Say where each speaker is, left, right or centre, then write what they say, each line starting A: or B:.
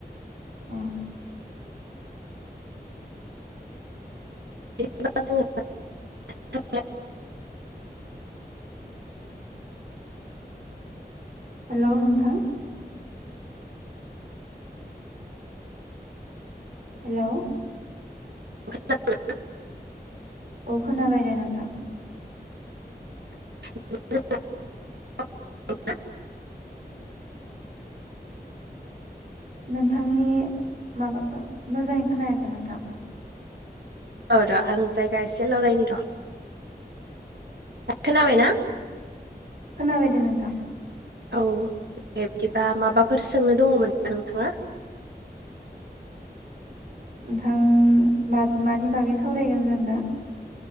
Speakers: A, on the right; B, on the right.
A: अ'
B: <unintelligible>
A: हेल' नोंथां हेल'
B: खोनादोंना?
A: औ खोनाबाय दे नोंथां।
B: <unintelligible>
A: नोंथांनि माबा ओ मोजाङै खोनायाखै नोंथां।
B: औ र' आं जायगा एसे लरायनि र' खोनाबायना?
A: खोनाबायदे नोंथां
B: औ दे बिदिबा माबाफोर सोंनो दङमोन नोंथाङा?
A: नोंथां मानि बागै सावरायगोन जों दा